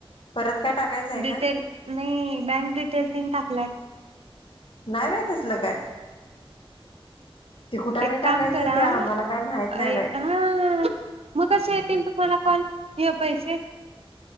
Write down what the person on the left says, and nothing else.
परत काय टाकायचं आहे
का
नाय बाई तसलं काय? ते कुठाने
टाकायचं
त्या आम्हाला काय माहित नाही
बाई